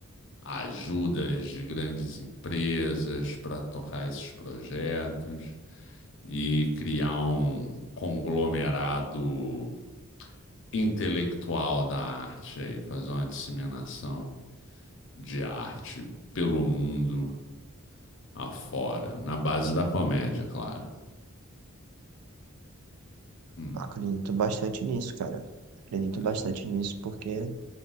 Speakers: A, on the left; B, on the right.
A: ajudas de grandes empresas para tocar esses projetos e criar um conglomerado intelectual da arte aí, fazer uma disseminação de arte pelo mundo afora, na base da comédia, claro. Hum,
B: Eu acredito bastante nisso, cara. Acredito
A: é.
B: bastante nisso, porque.